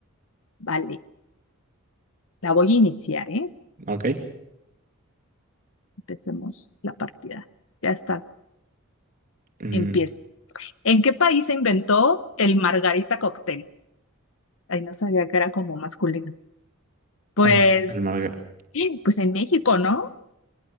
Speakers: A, on the left; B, on the right.
A: Vale, la voy a iniciar, ¿eh?
B: ok.
A: Empecemos la partida. Ya estás.
B: Mm,
A: Empiezo. ¿En qué país se inventó el margarita cóctel? Ay, no sabía que era como masculino. Pues,
B: el, el marga-
A: sí, pues en México, ¿no?